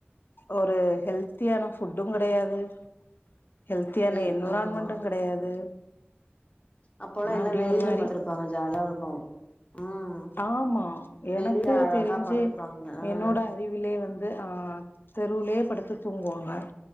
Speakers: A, on the left (about 55°); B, on the left (about 30°).
A: ஒரு ஹெல்த்தியான ஃபுட்டு கெடையாது ஹெல்த்தியான
B: எல்
A: என்விரான்மென்ட்டு
B: ஆமா
A: கெடையாது
B: அப்போல்லா எல்லா
A: அப்டி
B: வெளியில
A: ஒரு மாரி
B: படுத்துருப்பாங்க ஜாலியா இருக்கு ம்
A: ஆமா எனக்கு
B: வெளில அழகா
A: தெரிஞ்சே
B: படுத்துருப்பாங்க ஆ
A: என்னோட அருவிலே வந்து ஆ தெருவிலேயே படுத்து தூங்குவாங்க